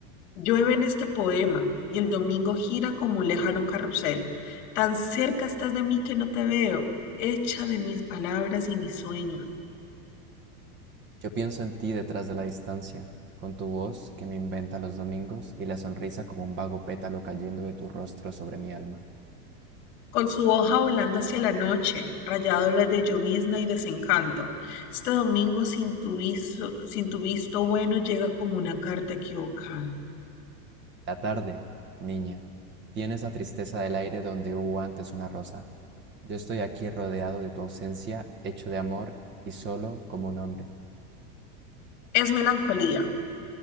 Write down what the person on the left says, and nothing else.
Llueve en este poema y el domingo gira como un lejano carrusel. Tan cerca estás de mí que no te veo, hecha de mis palabras y mis sueños.
con su hoja volando hacia la noche, rayádolas de llovizna y desencanto. Este domingo sin tu viso- sin tu visto bueno llega como una carta equivocada.
Es melancolía.